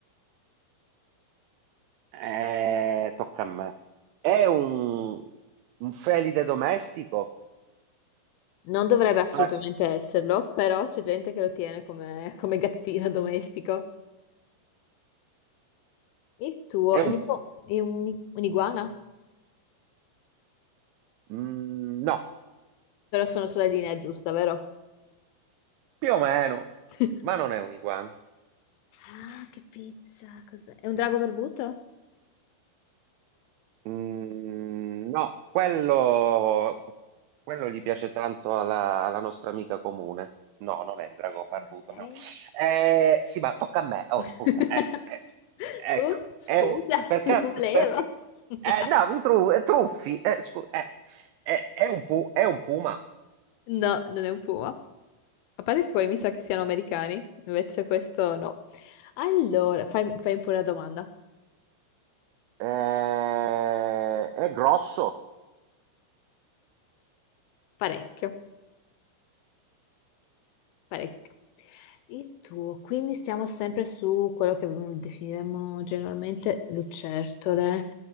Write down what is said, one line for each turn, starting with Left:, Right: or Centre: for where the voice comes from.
Right: eh, tocca a me. È un, un felide domestico?
Left: Non dovrebbe assolutamente
Right: Cioè,
Left: esserlo, però c'è gente che lo tiene come, come gattino domestico. Il tuo
Right: è
Left: è,
Right: un...
Left: mica- è un- un'iguana?
Right: mm, no,
Left: Però sono sulla linea giusta, vero?
Right: più o meno,
Left: <laughs>
Right: ma non è un iguana.
Left: Ah, che pizza, cos'è? È un drago barbuto?
Right: Mm, no, quello, quello gli piace tanto alla, alla nostra amica comune. No, non è il drago
Left: Ok.
Right: barbuto, no. Eh, sì, ma tocca a me. Oh,
Left: <laughs>
Right: scusa. Eh, eh, ecco,
Left: Oh,
Right: è
Left: scusa,
Right: un- perché,
Left: non volevo.
Right: perché...
Left: <laughs>
Right: Eh, no, mi tru- eh, truffi. Eh, scu- eh, eh, è un pu- è un puma.
Left: No, non è un puma. A parte che quelli mi sa che siano americani, invece questo no. Allora, fai, fai pure la domanda.
Right: Eh, è grosso.
Left: Parecchio. Parecchio. E tu, quindi stiamo sempre su quello che mm, definiremmo generalmente lucertole.